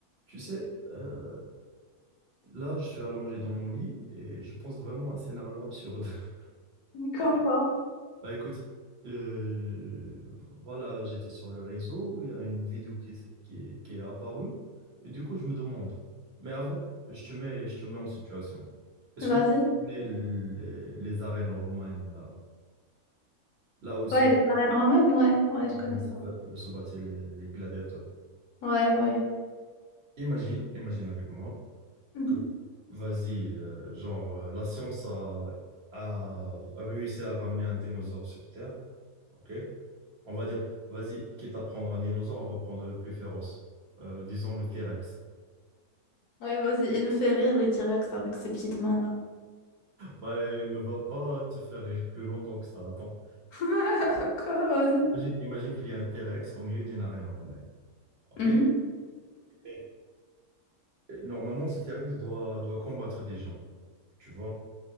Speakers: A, on the right (about 50°); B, on the left (about 80°).
A: Tu sais, euh, là, je suis allongé dans mon lit et je pense vraiment à un scénario absurde. <laughs>
B: Comme quoi?
A: Bah écoute, euh, voilà, j'étais sur le réseau, il y a une vidéo qui, s- qui est, qui est apparue et du coup, je me demande. Mais avant, je te mets, je te mets en situation. Est-ce que
B: Vas-y.
A: tu connais les, les arènes romaines, là, là où se,
B: Ouais, les arènes romaines, ouais, ouais, je connais
A: où
B: ça.
A: se bat- où se battaient les, les gladiateurs?
B: Ouais, ouais.
A: Imagine, imagine avec moi.
B: Mhm.
A: que- Vas-y, euh, genre, euh, la science a, a réussi à ramener un dinosaure sur Terre, ok? On va dire, vas-y, quitte à prendre un dinosaure, on va prendre le plus féroce, Euh, disons le T-Rex.
B: Ouais, vas-y, il me fait rire les T-Rex avec ses petites mains-là.
A: Bah, il ne va pas te faire rire plus longtemps que ça, attends.
B: <laughs> Quoi, vas-y.
A: Imagine, imagine qu'il y a un T-Rex au milieu d'une arène romaine, ok?
B: Mhm,
A: Et- et Normalement, ce T-Rex doit, doit combattre des gens, tu vois?